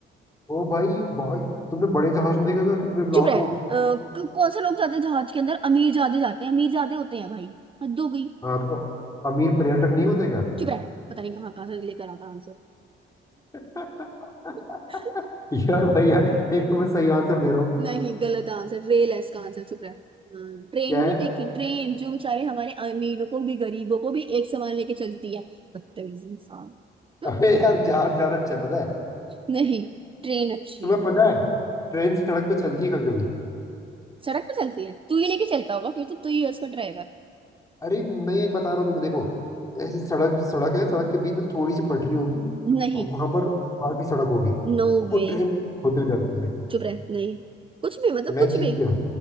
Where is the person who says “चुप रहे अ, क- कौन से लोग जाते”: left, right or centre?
Right